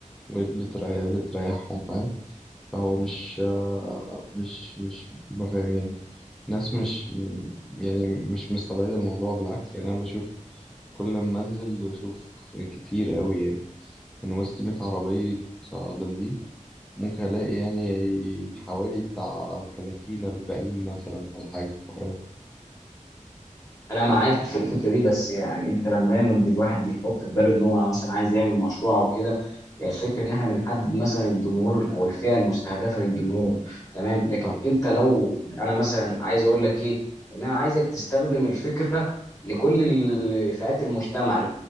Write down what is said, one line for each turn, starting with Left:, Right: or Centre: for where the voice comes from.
Centre: بت- بتري- بتريحهم فاهم فهو مش آه، مش مش ما فاهم يعني ناس مش م- يعني مش مستبعد الموضوع بالعكس يعني انا بشوف كل ما انزل بشوف كتير قوي يعني من وسط 100 عربية بنزين ممكن الاقي يعني حوالي بتاع 30 40 مثلا ولا حاجة كهرباء
Left: انا معاك في الفكره دي بس يعني انت لما دايما الواحد بيحط في باله ان هو مثلا عايز يعمل مشروع او كده يعني الفكره ان احنا بنحدد مثلا الجمهور او الفئه المستهدفه للجمهور تمام لكن
Centre: صح
Left: انت لو انا مثلا عايز اقول لك ايه ان انا عايزك تستخدم الفكره لكل ال- فئات المجتمع